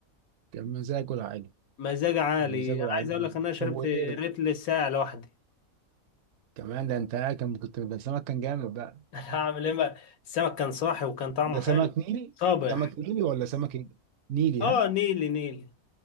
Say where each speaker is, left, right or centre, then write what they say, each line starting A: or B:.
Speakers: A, on the right (about 65°); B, on the left (about 80°).
A: كان مزاج ولا حاجة
B: مزاج عالي
A: مزاجه العالمي
B: انا عايز اقول لك ان انا شربت
A: طب وايه
B: ريتل الساقع لوحدي
A: كمان ده انت كان كنت ده سمك كان جامد بقى
B: <laughs> هعمل ايه بقى السمك كان صاحي وكان طعمه
A: ده
B: حلو
A: سمك نيلي
B: صابح
A: سمك نيلي ولا سمك ايه نيلي
B: اه
A: ها
B: نيلي نيلي